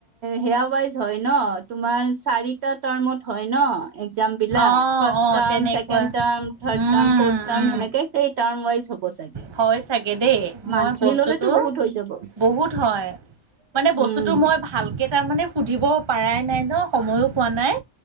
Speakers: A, on the right (about 60°); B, on the right (about 30°).
A: হেয়া ৱাইজ হয় ন তোমাৰ চাৰিটা টাৰ্মত হয় ন এক্সাম বিলাক
B: অ'
A: ফাৰ্ষ্ট
B: অ'
A: টাৰ্ম,
B: তেনেকুৱা
A: ছেকেণ্ড টাৰ্ম, থাৰ্ড
B: উম,
A: টাৰ্ম, ফৰ্থ টাৰ্ম
B: উম,
A: সেনেকেই সেই টাৰ্ম ৱাইজ হ'ব চাগে।
B: হয় চাগে দেই মই
A: মান্থলি
B: বস্তুটো
A: ললেতো বহুত হৈ যাব
B: বহুত হয় মানে বস্তুটো
A: উম
B: মই ভালকৈ তাৰমানে সুধিব পৰাই নাই ন সময়ো পোৱা নাই